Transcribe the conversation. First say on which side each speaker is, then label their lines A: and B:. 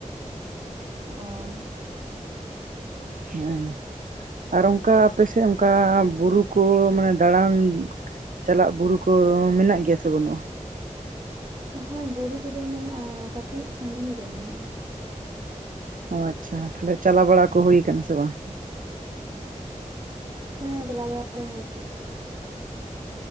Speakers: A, on the right; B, on the right.
A: ᱚ
B: ᱦᱮᱸ ᱟᱨ ᱚᱱᱠᱟ ᱟᱯᱮ ᱥᱮᱫ ᱚᱱᱠᱟ ᱵᱩᱨᱩ ᱠᱚ ᱢᱟᱱᱮ ᱫᱟᱬᱟᱱ ᱪᱟᱞᱟᱜ ᱵᱩᱨᱩ ᱠᱚ ᱢᱮᱱᱟᱜ ᱜᱮᱭᱟ ᱥᱮ ᱵᱟᱹᱱᱩᱜ-ᱟ᱾
A: ᱦᱮᱸ ᱵᱩᱨᱩ ᱠᱚᱫᱚ ᱢᱮᱱᱟᱜ-ᱟ ᱠᱟᱴᱤᱡ ᱥᱟᱺᱜᱤᱧ ᱨᱮ ᱢᱮᱱᱟᱜ-ᱟ᱾
B: ᱚ ᱟᱪᱪᱷᱟ ᱛᱟᱦᱚᱞᱮ ᱪᱟᱞᱟᱣ ᱵᱟᱲᱟ ᱠᱚ ᱦᱩᱭ ᱠᱟᱱᱟ ᱥᱮ ᱵᱟᱝ?
A: ᱦᱮᱸ ᱪᱟᱞᱟ ᱵᱟᱲᱟ ᱫᱚ ᱦᱳᱭ